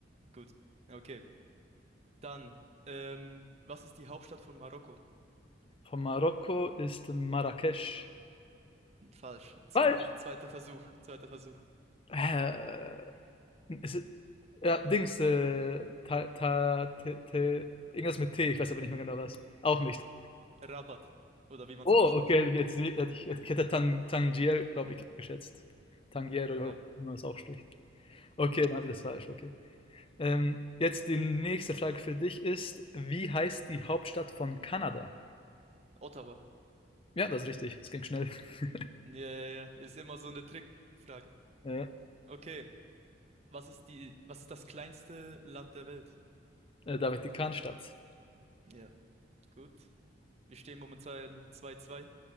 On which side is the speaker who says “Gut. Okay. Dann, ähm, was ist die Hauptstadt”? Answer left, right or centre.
Right